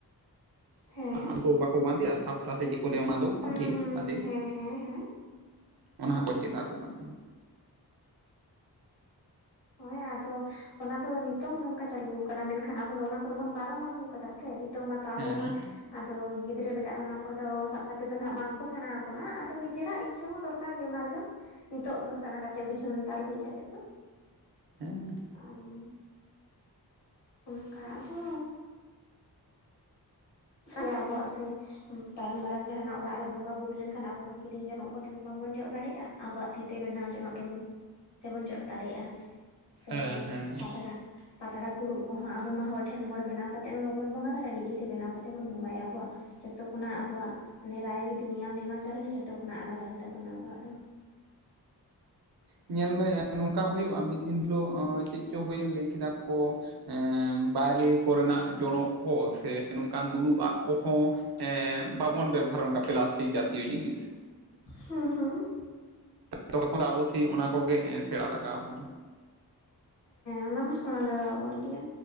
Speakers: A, on the left; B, on the right.
A: ᱦᱮᱸ
B: ᱟᱵᱚᱣᱟᱜ ᱵᱟᱠᱚ ᱵᱟᱸᱫᱮᱜᱼᱟ ᱥᱟᱯᱴᱟ ᱥᱮ ᱪᱮᱫ ᱠᱚ ᱞᱟᱹᱭᱟ ᱚᱱᱟ ᱫᱚ
A: ᱦᱮᱸ
B: ᱯᱟᱴᱷᱮ
A: ᱦᱮᱸ
B: ᱵᱟᱸᱫᱮ
A: ᱦᱮᱸ ᱦᱮᱸ ᱦᱮᱸ
B: ᱚᱱᱟ ᱦᱚᱸᱠᱚ ᱪᱮᱫ ᱟᱠᱚ ᱠᱟᱱᱟ᱾
A: ᱦᱳᱭ ᱟᱫᱚ ᱚᱱᱟ ᱫᱚ ᱱᱤᱛᱚᱝ ᱱᱚᱝᱠᱟ ᱪᱟᱹᱞᱩ ᱠᱟᱱᱟ ᱢᱮᱱᱠᱷᱟᱱ ᱟᱵᱚ ᱫᱚ ᱚᱱᱟ ᱠᱚᱫᱚ ᱵᱚᱱ ᱯᱟᱨᱚᱢ ᱟᱹᱜᱩ ᱠᱟᱫᱟ ᱥᱮ, ᱱᱤᱛᱚᱝ ᱢᱟᱛᱚ ᱟᱵᱚ
B: ᱦᱮᱸ
A: ᱢᱟ ᱟᱫᱚ ᱜᱤᱫᱽᱨᱟᱹ ᱞᱮᱠᱟ ᱫᱚ ᱚᱱᱟ ᱠᱚᱨᱮ ᱫᱚ ᱥᱟᱵᱽ ᱠᱟᱛᱮᱫ ᱫᱚ ᱱᱟᱸᱜ ᱵᱟᱝ ᱠᱚ ᱥᱮᱬᱟᱣᱟ ᱵᱚᱱᱟ ᱟᱫᱚ ᱱᱤᱡᱮᱨᱟᱜ ᱤᱪᱪᱷᱟᱹ ᱦᱚᱸ ᱫᱚᱨᱠᱟᱨ ᱜᱮ ᱚᱱᱟ ᱨᱮᱫᱚ᱾ ᱱᱤᱛᱚᱜ ᱫᱚ ᱥᱮᱬᱟ ᱠᱟᱛᱮᱫ ᱵᱩᱡᱷᱟᱹᱱᱛᱟᱨ ᱦᱩᱭ ᱠᱟᱛᱮᱫ ᱫᱚ᱾
B: ᱦᱮᱸ
A: ᱟᱸᱢ ᱚᱱᱠᱟ ᱟᱫᱚ ᱥᱟᱭᱟ ᱟᱵᱚᱣᱟᱜ ᱥᱮ ᱛᱟᱭᱚᱢ ᱫᱟᱨᱟᱢ ᱡᱟᱦᱟᱱᱟᱜ ᱚᱲᱟᱜ ᱨᱮ ᱵᱚᱸᱜᱟ ᱵᱩᱨᱩ ᱞᱮᱱᱠᱷᱟᱱ ᱟᱵᱚ ᱢᱟ ᱠᱤᱨᱤᱧ ᱡᱚᱱᱚᱜ ᱠᱚᱛᱮ ᱦᱚᱸ ᱵᱟᱵᱚᱱ ᱡᱚᱜ ᱫᱟᱲᱮᱭᱟᱜᱼᱟ ᱟᱵᱚᱣᱟᱜ ᱛᱤᱛᱮ ᱵᱮᱱᱟᱣ ᱡᱚᱱᱚᱜ ᱜᱮᱵᱚᱱ, ᱛᱮᱵᱚᱱ ᱡᱚᱜ ᱫᱟᱲᱮᱭᱟᱜᱼᱟ᱾ ᱥᱮ
B: ᱦᱮᱸ ᱦᱮᱸ
A: ᱯᱟᱛᱲᱟ, ᱯᱟᱛᱲᱟ ᱯᱷᱩᱲᱩᱜ ᱠᱚᱦᱚᱸ ᱟᱵᱚ ᱢᱟ ᱦᱚᱲ ᱴᱷᱮᱱ ᱦᱚᱲ ᱵᱮᱱᱟᱣ ᱠᱟᱛᱮᱜ ᱢᱟ ᱵᱟᱵᱚᱱ ᱵᱚᱸᱜᱟ ᱫᱟᱲᱮᱭᱟᱜᱼᱟ ᱱᱤᱡᱮ ᱛᱮ ᱵᱮᱱᱟᱣ ᱠᱟᱛᱮ ᱵᱚᱱ ᱵᱚᱸᱜᱟᱭᱟ ᱟᱵᱚᱣᱟᱜᱼᱼ ᱡᱷᱚᱛᱚ ᱠᱷᱚᱱᱟᱜ ᱟᱵᱚᱣᱟᱜ ᱢᱟᱱᱮ, ᱨᱟᱭ ᱨᱤᱛ ᱱᱤᱭᱟᱢ ᱱᱮᱢᱟᱪᱟᱨ ᱜᱮ ᱡᱷᱚᱛᱚ ᱠᱷᱚᱱᱟᱜ ᱟᱞᱟᱫᱟ ᱜᱮᱛᱟ ᱵᱚᱱᱟ ᱟᱵᱚᱣᱟᱜ ᱫᱚ᱾
B: ᱧᱮᱞ ᱢᱮ ᱱᱚᱝᱠᱟ ᱦᱩᱭᱩᱜᱼᱟ ᱢᱤᱫ ᱫᱤᱱ ᱦᱤᱞᱳᱜ ᱚᱸ ᱪᱮᱫ ᱪᱚ ᱦᱩᱭᱮᱱ ᱞᱟᱹᱭ ᱠᱮᱫᱟ ᱠᱚᱼᱼ ᱮᱸ ᱵᱟᱭᱨᱮ ᱠᱚᱨᱮᱱᱟᱜ ᱡᱚᱱᱚᱜ ᱠᱚ ᱥᱮ, ᱱᱚᱝᱠᱟᱱ ᱫᱩᱲᱩᱵᱟᱜ ᱠᱚᱦᱚᱸᱼᱼ ᱮ ᱵᱟᱵᱚᱱ ᱵᱮᱵᱚᱦᱟᱨ ᱚᱝᱠᱟ ᱯᱞᱟᱥᱴᱤᱠ ᱡᱟᱛᱤᱭᱚ ᱡᱤᱱᱤᱥ᱾
A: ᱦᱩᱸ ᱦᱩᱸ᱾
B: ᱛᱚᱠᱷᱚᱱ ᱫᱚ ᱟᱵᱚ ᱥᱮᱭ ᱚᱱᱟ ᱠᱚᱜᱮ ᱥᱮᱸᱲᱟ ᱞᱟᱜᱟᱣᱟ ᱵᱚᱱᱟ᱾
A: ᱚᱱᱟᱢᱟ ᱥᱮᱸᱲᱟ ᱞᱟᱜᱟᱣᱟ ᱵᱚᱱ ᱜᱮᱭᱟ᱾